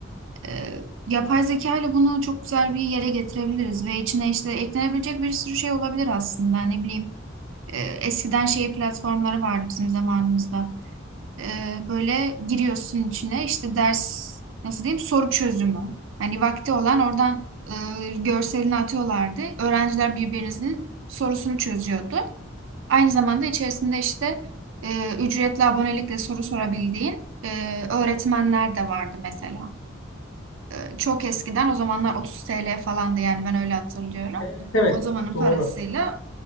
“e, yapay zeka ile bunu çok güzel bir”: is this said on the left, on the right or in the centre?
Right